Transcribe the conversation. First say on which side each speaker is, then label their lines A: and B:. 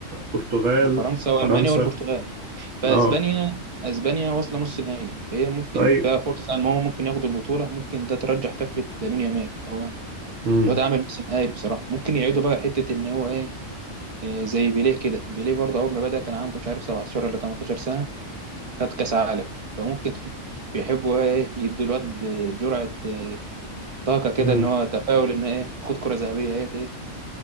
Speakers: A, on the right; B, on the right.
A: برتغال
B: وفرنسا
A: فرنسا
B: والمانيا والبرتغال فاسبانيا
A: اه
B: اسبانيا واصله نص نهائي فهي ممكن
A: طيب
B: فيها فرصه ان هو ممكن ياخد البطوله ممكن ده ترجح كفه لامين يامال فهو
A: امم
B: الواد عامل موسم هايل بصراحه ممكن يعيدوا بقى حته ان هو ايه إيه زي بيليه كده بيليه برضه اول ما بدا كان عنده مش عارف 17 ولا 18 سنه خد كاس عالم فممكن <laughs> بيحبوا ايه يدوا الواد جرعه إيه، طاقه كده
A: امم
B: ان هو تفاؤل ان ايه خد كره ذهبيه ايه إيه،